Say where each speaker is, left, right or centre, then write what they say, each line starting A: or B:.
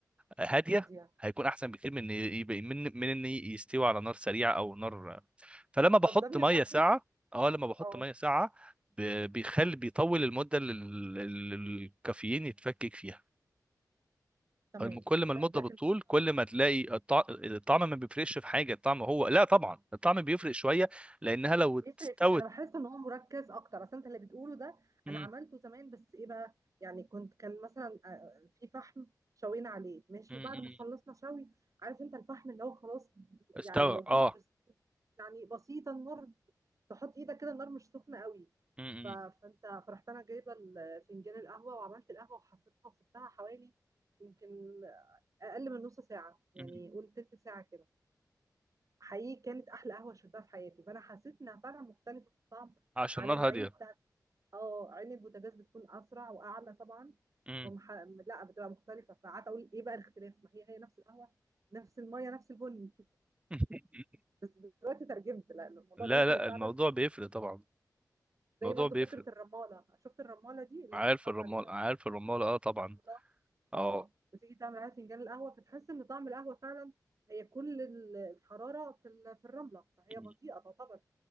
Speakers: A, on the right (about 15°); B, on the right (about 50°).
A: هاديه
B: هاديه
A: هيكون احسن بكتير من إن يبقى من من ان يستوي على نار سريعه او نار فلما بحط
B: طب ده من
A: ميه
B: الناحيه
A: ساقعه اه لما بحط
B: اه
A: ميه ساقعه ب- بيخلي بيطول المده اللي ال- ال- الكافيين يتفكك فيها
B: تمام
A: الم- كل ما
B: طيب
A: المدة
B: لكن
A: بتطول كل ما تلاقي الطع... الطعم ما بيفرقش في حاجة الطعم هو لا طبعا الطعم بيفرق شوية لأنها لو
B: بيفرق
A: استوت
B: في- انا بحس ان هو مركز اكتر اصل انت اللي بتقوله ده
A: مم،
B: انا عملته زمان بس ايه بقى يعني كنت كان مثلا آه، في فحم شوينا عليه ماشي
A: مم،
B: وبعد
A: مم.
B: ما خلصنا شوي عارف انت الفحم اللي هو خلاص
A: استوى
B: يعني موجود
A: اه
B: بس يعني بسيطه النار تحط ايدك كده النار مش سخنه قوي
A: مم، مم،
B: ف- فانت فرحت انا جايبه ال- فنجان القهوه وعملت القهوه وحطيتها وسبتها حوالي يمكن اقل من نص ساعه يعني
A: مم.
B: قول تلت ساعه كده حقيقي كانت احلى قهوه شربتها في حياتي فانا حسيت انها فعلا مختلفه في الطعم
A: عشان
B: عن
A: نار
B: العين
A: هادية
B: بتاعت اه عين البوتاجاز بتكون اسرع واعلى طبعا
A: مم.
B: فمح... لا بتبقى مختلفه فقعدت اقول ايه بقى الاختلاف ما هي هي نفس القهوه نفس الميه نفس البن
A: <laughs>
B: <laughs> بس دلوقتي ترجمت لا الموضوع
A: لا
B: بيفرق
A: لا
B: فعلا
A: الموضوع بيفرق طبعا
B: زي
A: الموضوع
B: برضو
A: بيفرق
B: فكره الرماله شفت الرماله دي اللي
A: عارف
B: هي بتحط
A: الرمال
B: عليها
A: عارف الرمال اه طبعا
B: الرمله
A: اه
B: اه وتيجي تعمل عليها فنجان القهوه فتحس ان طعم القهوه فعلا هي كل ال- الحراره في ال- في الرمله فهي
A: مم.
B: بطيئه تعتبر